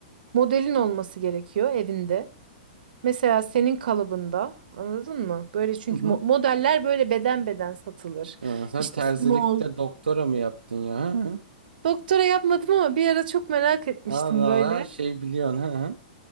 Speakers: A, on the right; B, on the right.
A: modelin olması gerekiyor evinde. Mesela senin kalıbında, anladın mı? Böyle çünkü
B: hı.
A: mo- modeller böyle beden beden satılır.
B: Tamam. Ee, sen
A: İşte
B: terzilikte
A: small.
B: doktora mı yaptın ya? Hı hı.
A: Doktora yapmadım ama bir ara çok merak etmiştim
B: Allah
A: böyle.
B: her şey biliyorsun. Hı hı.